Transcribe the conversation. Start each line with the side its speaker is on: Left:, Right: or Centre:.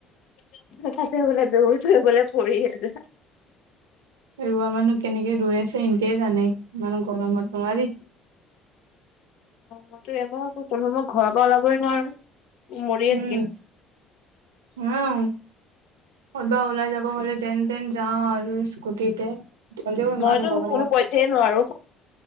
Left: <unintelligible> পৰি আছে।
Right: ৰোৱা মানুহ কেনেকে ৰৈ আছে এন্তে জানে ইমান গৰমত নোৱাৰি
Left: মইতো এবাৰ কৈছো নকয় মই ঘৰৰ পৰা ওলাবই নোৱাৰো মৰিয়ে
Right: উম
Left: থাকিম
Right: উম কবাত ওলাই যাব হলে যেন তেন যাওঁ আৰু স্কুটিতে হ'লেও ইমান
Left: মইতো
Right: গৰমত
Left: কোনো পইধেই নোৱাৰো